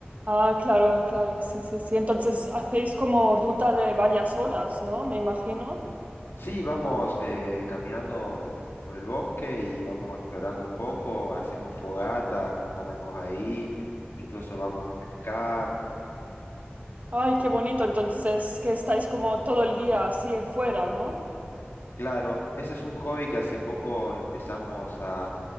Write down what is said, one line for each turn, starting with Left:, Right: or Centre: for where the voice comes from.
Right: Ah, claro, claro, sí, sí, sí. Entonces hacéis como ruta de varias horas, ¿no? Me imagino.
Left: Sí, vamos eh, caminando por el bosque y vamos explorando un poco, hacemos fogatas, comemos ahí, incluso vamos a pescar.
Right: Ay, qué bonito. Entonces, que estáis como todo el día así fuera, ¿no?
Left: Claro, ese es un hobby que hace poco empezamos a,